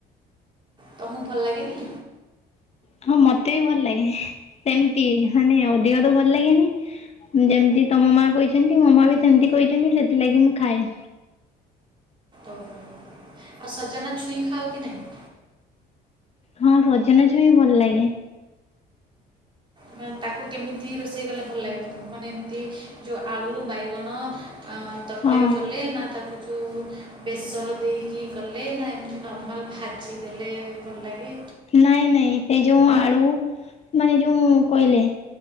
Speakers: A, on the right (about 30°); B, on the left (about 40°).
A: ତମକୁ ଭଲ ଲାଗେନି?
B: ହଁ ମତେ ବି ଭଲ ଲାଗେ ସେମିତି ମାନେ ଅଧିକ ତ ଭଲ ଲାଗେନି। ଯେମିତି ତମ ମା କହିଛନ୍ତି ମୋ ମା ବି ସେମିତି କହିଛନ୍ତି ସେଥିଲାଗି ମୁଁ ଖାଏ
A: ଓହୋ ଆଉ ସଜନା ଛୁଇଁ ଖାଅ କି ନାହିଁ?
B: ହଁ ସଜନା ଛୁଇଁ ଭଲ ଲାଗେ?
A: ମ ତାକୁ କେମିତି ରୋଷେଇ କଲେ ଭଲ ଲାଗେ ତମଙ୍କୁ, ମାନେ ଏମିତି ଯେଉଁ ଆଳୁ ବାଇଗଣ। ତରକାରୀ
B: ହଁ।
A: କଲେ, ନା ତାକୁ ଯେଉଁ ବେସର ଦେଇକି କି କଲେ ନା ଏମିତି ନର୍ମାଲ୍ ଭାଜି ଦେେଲେ ଭଲ ଲାଗେ?
B: ନାଇଁ ନାଇଁ ସେ ଯୋଉ ଆଳୁ ମାନେ ଯୋଉ କହିଲେ